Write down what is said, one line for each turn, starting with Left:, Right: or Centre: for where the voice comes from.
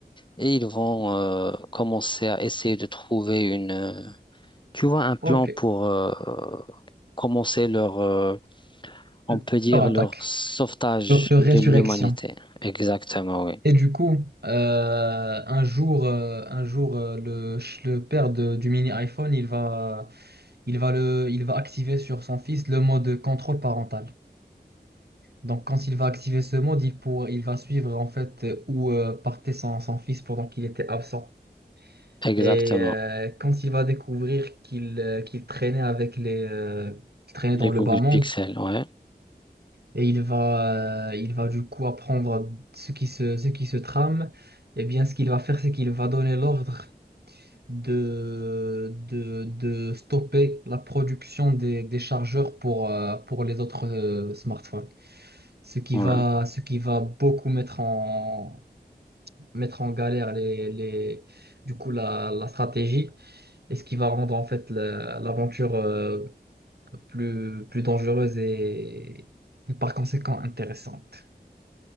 Left: Et ils vont euh, commencer à essayer de trouver une, euh, tu vois, un plan
Right: Ok.
Left: pour euh, commencer leur, euh, on
Right: Le-
Left: peut dire
Right: Leur attaque,
Left: leur sauvetage
Right: leur, leur
Left: de
Right: résurrection.
Left: l'humanité. Exactement, oui.
Right: Et du coup, euh, un jour, euh, un jour euh, le, ch- le père de- du mini iPhone, il va, il va, le, il va activer sur son fils le mode contrôle parental. Donc, quand il va activer ce mode, il, pour, il va suivre en fait euh, où euh, partait son, son fils pendant qu'il était absent.
Left: Exactement.
Right: Et euh, quand il va découvrir qu'il euh, qu'il traînait avec les, euh, qu'il traînait
Left: Les
Right: dans
Left: Google
Right: le bas monde,
Left: Pixel, ouais.
Right: et il va, euh, il va du coup apprendre ce qui se, ce qui se trame, et bien ce qu'il va faire, c'est qu'il va donner l'ordre de, de, de stopper la production des, des chargeurs pour, euh, pour les autres euh, smartphones. ce qui
Left: Ouais.
Right: va, ce qui va beaucoup mettre en, mettre en galère les, les, du coup, la, la stratégie et ce qui va rendre en fait la- l'aventure euh, plus, plus dangereuse et, et par conséquent intéressante.